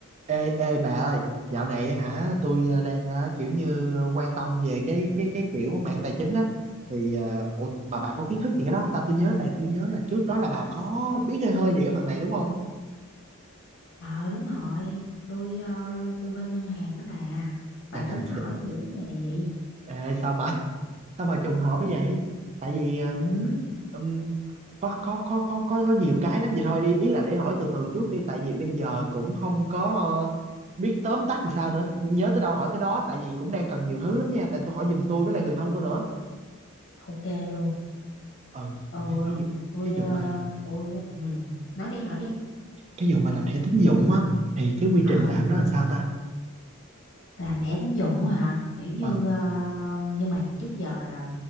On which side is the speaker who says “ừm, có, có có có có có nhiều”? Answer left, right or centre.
Right